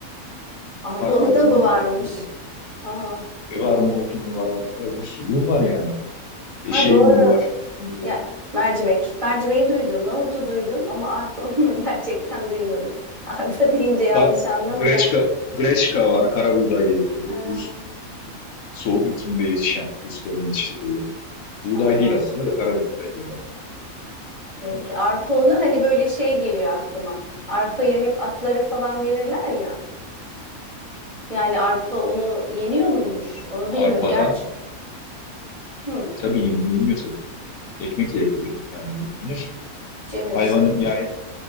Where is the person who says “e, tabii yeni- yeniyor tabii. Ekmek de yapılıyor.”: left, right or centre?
Left